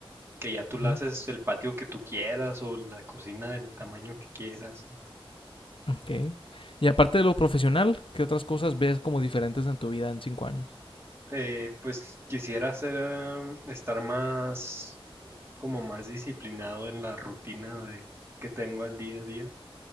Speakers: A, on the right; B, on the left.
A: que
B: <laughs>
A: ya tú
B: Ujú,
A: le haces el patio que tú quieras o la cocina del tamaño que quieras.
B: Ok. Y aparte de lo profesional, ¿qué otras cosas ves como diferentes en tu vida en cinco años?
A: Eh, pues quisiera hacer, eh, estar más, como más disciplinado en la rutina de, que tengo al día a día